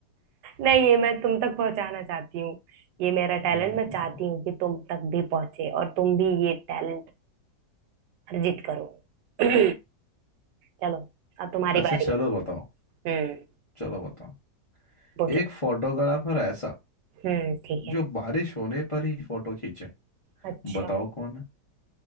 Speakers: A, on the right; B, on the left.
A: नहीं ये मैं तुम तक पहुंचाना चाहती हूँ ये मेरा टैलेंट
B: हम्म,
A: मैं चाहती हूँ कि तुम तक भी पहुंचे और तुम भी ये टैलेंट अर्जित करो <clears throat> चलो अब तुम्हारी
B: अच्छा
A: बारी
B: चलो
A: है
B: बताओ
A: हम्म
B: चलो बताओ
A: पूछो
B: एक फोटोग्राफर ऐसा
A: हम्म ठीक
B: जो
A: है
B: बारिश होने पर ही फोटो खींचे
A: अच्छा
B: बताओ कौन है